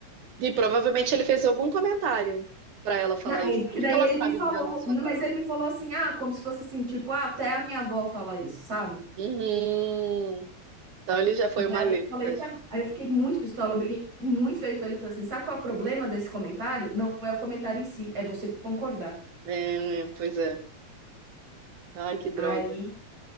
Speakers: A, on the right; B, on the right.
A: E provavelmente ele fez algum comentário pra ela falar
B: Na- Aí,
A: isso.
B: porque
A: Como
B: daí
A: é que ela
B: ele
A: sabe
B: me falou,
A: de dentro da sua casa?
B: mas ele me falou assim, ah, como se fosse assim, tipo, ah, até a minha avó fala isso, sabe?
A: Uhum. Então ele já foi
B: E
A: uma
B: aí
A: letra
B: eu falei, sabe?
A: já.
B: Aí eu fiquei muito pistola, eu briguei muito feio com ele, falei assim, sabe qual é o problema desse comentário? Não é o comentário em si, é você concordar.
A: É, é, pois é. Ai, que droga.
B: Aí,